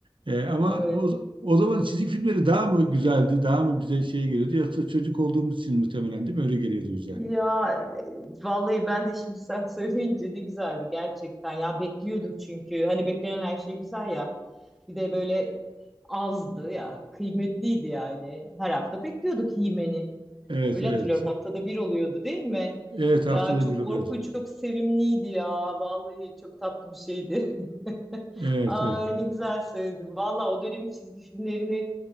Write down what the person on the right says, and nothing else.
Ee, ama
o, o zaman çizgi filmleri daha mı güzeldi? Daha mı bize şey geliyordu? Yoksa çocuk olduğumuz için muhtemelen değil mi? Öyle geliyordu bize.
Evet,
evet.
Evet haftada
bir oluyordu.
Evet,
evet,